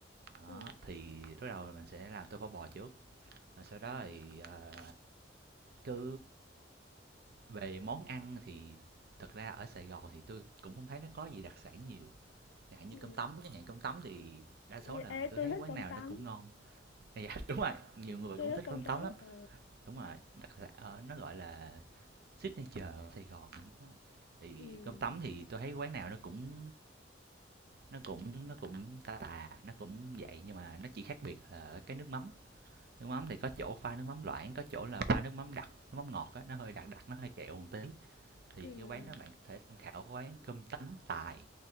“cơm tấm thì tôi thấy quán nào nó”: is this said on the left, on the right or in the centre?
Right